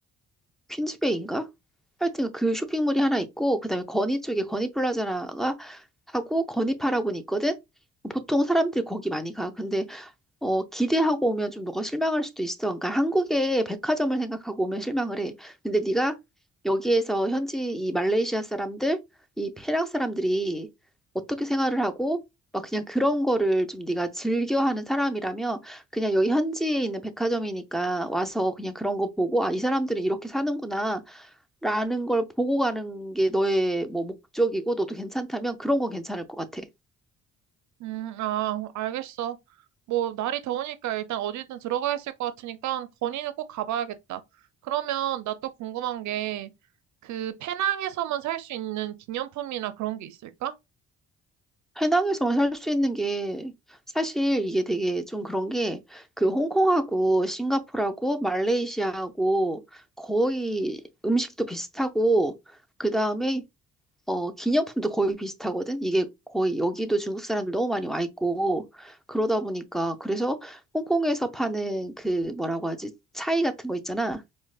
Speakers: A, in the centre; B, on the right.
A: 퀸즈베이인가? 하여튼 그 쇼핑몰이 하나 있고 그다음에 건희 쪽에 건희 플라자가 하고 건희 파라곤이 있거든. 보통 사람들이 거기 많이 가. 근데 어, 기대하고 오면 좀 너가 실망할 수도 있어. 그러니까 한국의 백화점을 생각하고 오면 실망을 해. 근데 네가 여기에서 현지 이 말레이시아 사람들, 이 페랑 사람들이 어떻게 생활을 하고 막 그냥 그런 거를 좀 네가 즐겨하는 사람이라면 그냥 여기 현지에 있는 백화점이니까 와서 그냥 그런 거 보고 아, 이 사람들은 이렇게 사는구나. 라는 걸 보고 가는 게 너의 뭐 목적이고 너도 괜찮다면 그런 건 괜찮을 것 같아.
B: 음, 아, 알겠어. 뭐 날이 더우니까 일단 어디든 들어가 있을 것 같으니까 건의는 꼭 가봐야겠다. 그러면 나 또 궁금한 게 그 페낭에서만 살 수 있는 기념품이나 그런 게 있을까?
A: 해낭에서만 살 수 있는 게 사실 이게 되게 좀 그런 게 그 홍콩하고 싱가포르하고 말레이시아하고 거의 음식도 비슷하고 그다음에 어 기념품도 거의 비슷하거든. 이게 거의 여기도 중국 사람들 너무 많이 와 있고 그러다 보니까 그래서 홍콩에서 파는 그 뭐라고 하지? 차이 같은 거 있잖아.